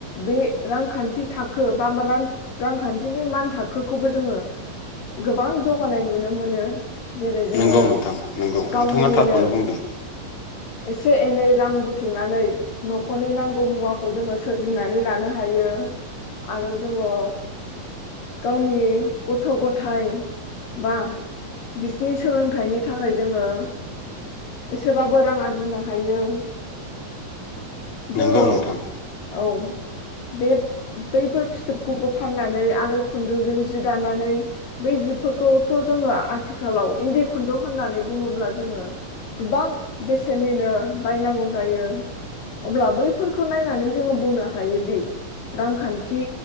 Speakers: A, on the left (about 75°); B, on the left (about 40°).
A: बे रांखान्थि थाखो बा रां रांखान्थिनि मान थाखोखौबो जोङो गोबां जौगानाय नुनो मोनो। जेरै जोङो
B: नोंगौ नोंथां नोंगौ
A: गावनिनो
B: नोंथाङा थारखौनो बुंदों।
A: एसे एनै रां बुथुमनानै न'खरनि नांगौ मुवाखौ जोङो सोरजिनानै लानो हायो आरो जोङो गावनि गथ' गथाइ बा बिसिनि सोलोंथाइनि थाखाय जोङो एसेबाबो रां आ रजिनो हायो।
B: नोंगौ
A: जोङो
B: नोंथां
A: औ बे-बैफोर फिथोबखौबो फाननानै आरो खुन्दुंजों जि दानानै बै जिफोरखौथ' जोङो आथिखालाव इन्दि खुन्दुं होननानै बुङोब्ला जोङो गोबां बेसेननिनो बायनांगौ जायो। अब्ला बैफोरखौ नायनानै जोङो बुंनो हायोदि रांखान्थि